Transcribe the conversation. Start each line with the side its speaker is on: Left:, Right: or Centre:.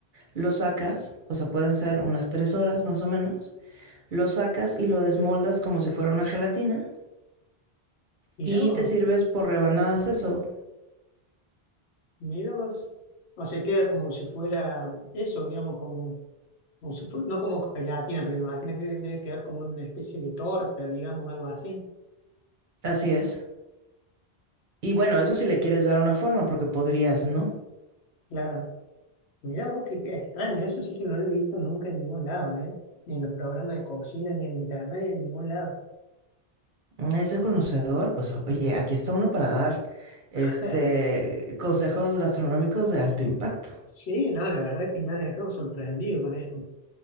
Right: lo sacas, o sea, pueden ser unas tres horas más o menos, lo sacas y lo desmoldas como si fuera una gelatina
Left: Mirá
Right: y
Left: vos,
Right: te sirves por rebanadas eso,
Left: mirá vos. O sea, queda como si fuera eso, digamos, como, como si fue- no como gelatina, pero me imagino que debe quedar como una especie de torta, digamos, algo así.
Right: Así es. Y bueno, eso si le quieres dar una forma, porque podrías, ¿no?
Left: Claro. Mirá vos, qué, qué extraño, eso sí que no lo he visto nunca en ningún lado, ¿eh? Ni en los programas de cocina, ni en internet, ni en ningún lado.
Right: Es de conocedor, pues oye, aquí está uno para dar este
Left: <laughs>
Right: consejos gastronómicos de alto impacto.
Left: Sí, no, la verdad que me has dejado sorprendido con esto.